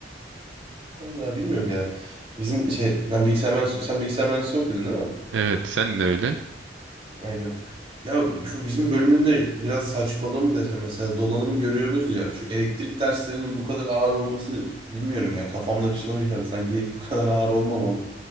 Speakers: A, on the right; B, on the right.
A: <laughs> Vallahi bilmiyorum ya. Bizim şey ben bilgisayar mühendisliği, sen bilgisayar mühendisliği okuyordun değil mi?
B: Evet sen de öyle.
A: Aynen. Ya şu bizim bölümünde biraz saçmalığı mı desem mesela donanım görüyoruz ya. Şu elektrik derslerinin bu kadar ağır olması bilmiyorum ya. Kafamda bir soru işareti sanki bu kadar ağır olmamalı.